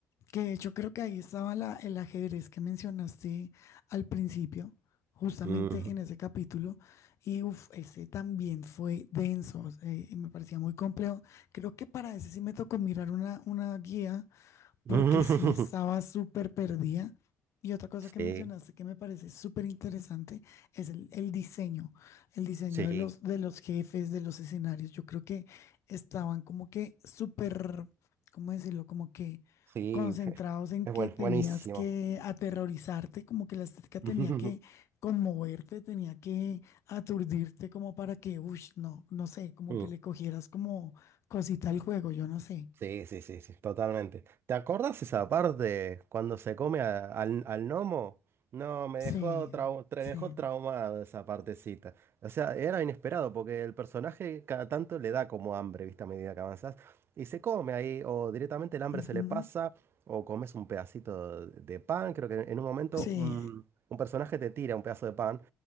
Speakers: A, on the left; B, on the right.
A: Que de hecho creo que ahí estaba la, el ajedrez que mencionaste al principio, justamente
B: ujú, ujú.
A: en ese capítulo. Y uff, ese también fue denso, eh, y me parecía muy complejo. Creo que para ese sí me tocó mirar una, una guía
B: <laughs>
A: porque sí estaba súper perdida. Y otra cosa
B: Sí,
A: que mencionaste que me parece súper interesante es el, el diseño, el diseño
B: sí,
A: de los, de los jefes, de los escenarios. Yo creo que estaban como que súper, ¿cómo decirlo? Como que
B: sí,
A: concentrados
B: <laughs>
A: en
B: es
A: que
B: bueno,
A: tenías
B: buenísimo.
A: que aterrorizarte, como que la estética tenía
B: <laughs>
A: que conmoverte, tenía que aturdirte como para que, uy, no, no sé, como
B: Mm.
A: que le cogieras como cosita al juego, yo no sé.
B: Sí, sí, sí, sí, totalmente. ¿Te acordás esa parte cuando se come a- al, al gnomo? No, me dejó,
A: Sí,
B: trau- tra-
A: sí.
B: me dejó traumado esa partecita. O sea, era inesperado porque el personaje cada tanto le da como hambre, ¿viste? A medida que avanzás. Y se come ahí, o directamente el hambre
A: Ujú.
B: se le pasa, o comes un pedacito de de pan. Creo que en un momento
A: Sí,
B: un, un personaje te tira un pedazo de pan